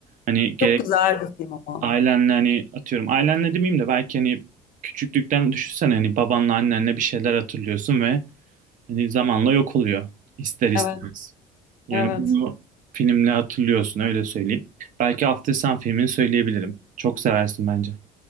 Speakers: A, on the right; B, on the left.
A: Hani gerek
B: Çok güzel bir film ama.
A: ailenle hani atıyorum ailenle demeyeyim de belki hani küçüklükten düşünsene hani babanla annenle bir şeyler hatırlıyorsun ve hani zamanla yok oluyor ister istemez.
B: Evet.
A: Yani
B: Evet.
A: bunu filmle hatırlıyorsun öyle söyleyeyim. Belki After Sun filmini söyleyebilirim. Çok seversin bence.